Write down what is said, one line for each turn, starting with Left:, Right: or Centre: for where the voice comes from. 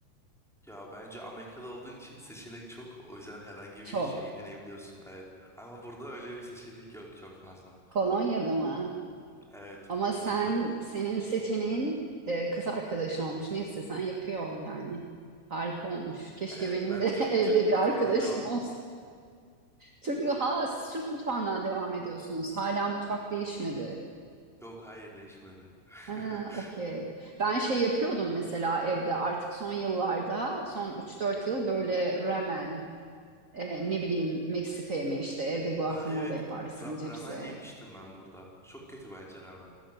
Centre: ya bence Amerika'da olduğun için seçenek çok. O yüzden herhangi
Right: Çok.
Centre: bir şeyi deneyebiliyorsun. Evet. Ama burada öyle bir seçenek yok çok fazla.
Right: Kolonya'da mı?
Centre: Evet.
Right: Ama sen,
Centre: Burada
Right: senin seçeneğin e, kız arkadaşın olmuş. Ne istesen yapıyor yani. Harika olmuş. Keşke
Centre: evet
Right: benim
Centre: ben
Right: de
Centre: Türk
Right: <laughs> evde
Centre: Türk mutfağından
Right: bir arkadaşım
Centre: devam.
Right: olsa. Türk, mü- ha, siz Türk mutfağından devam ediyorsunuz. Hala mutfak değişmedi.
Centre: Yok hayır değişmedi. <laughs>
Right: Ha, okey. Ben şey yapıyordum mesela evde artık son yıllarda, son üç dört yıl böyle ramen, e, ne bileyim Meksika yemeği işte evde guacamole
Centre: Ha evet.
Right: yaparsın
Centre: Ra-
Right: cipsle.
Centre: ramen yemiştim ben burada. Çok kötü bence ramen.